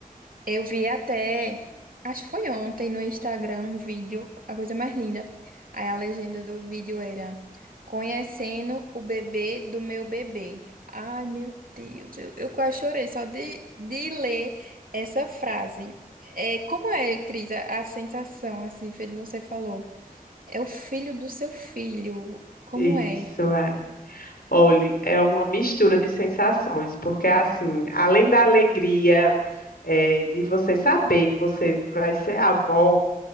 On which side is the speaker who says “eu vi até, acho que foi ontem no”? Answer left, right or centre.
Right